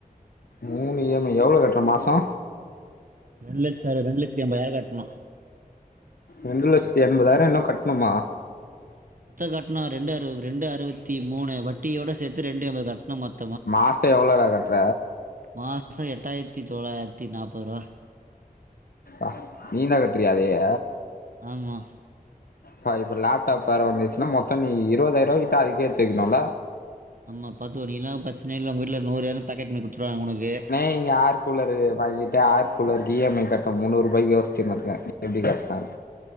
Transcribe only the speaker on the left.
மூணு இ எம் ஐ எவ்ளோ கட்ற மாசோ
ரெண்டு லட்சத்தி எண்பதாயிரோ இன்னு கட்ணுமா
மாசோ எவ்ளோலா கட்ற
அ நீதா கட்றியா அதயே
பா இப்ப லேப்டாப் வேற வந்துச்சுன்னா மொத்தோ நீ இருபதாயிர ரூபா கிட்ட அதுகே எடுத்து வைக்கணுல
எ யாரு கூலரு வாங்கிட்டு ஆர் கூலருக்கு இ எம் ஐ கட்னு முந்நூறு ரூபாய்க்கு யோசுச்சுனு இருக்கே எப்டி கட்டலான்